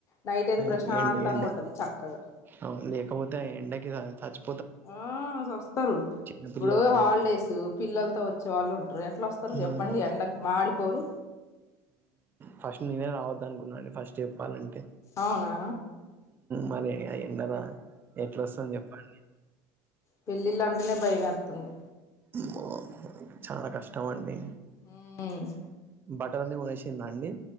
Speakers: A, on the left; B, on the right.
A: నైట్ అయితే
B: ఎం
A: ప్రశాంతంగా
B: ఎండ ఎండ
A: ఉంటది చక్కగా
B: అవును లేకపోతే ఆ ఎండకి సచ్చిపో
A: ఆ సస్తారు
B: చిన్నపిల్లలు
A: ఇప్పుడు హాలిడేస్ పిల్లలతో వచ్చే వాళ్ళు ఉంటారు. ఎట్లా వస్తారు
B: హ్మ్
A: చెప్పండి ఎండకు మాడిపోరు.
B: ఫస్ట్ నేనే రావద్దు అనుకున్నాండి ఫస్ట్ చెప్పాలంటే
A: అవునా
B: మరి ఆ ఎండలో ఎట్ల వస్తం చెప్పండి
A: పెళ్లిళ్ళ అంటేనే భయం వేత్తుంది.
B: అమ్మో చానా కష్టం అండి
A: హామ్
B: బట్టలన్నీ కొనేసింద అండి?